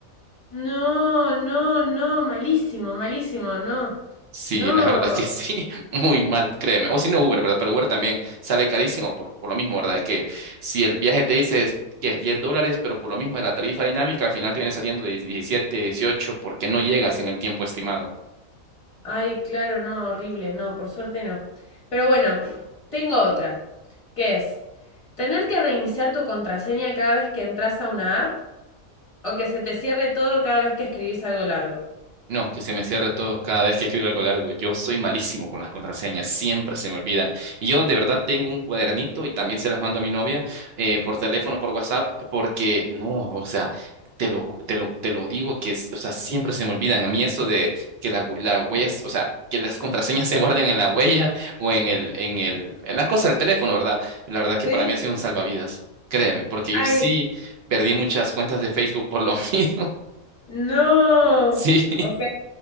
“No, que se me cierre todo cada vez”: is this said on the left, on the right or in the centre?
Right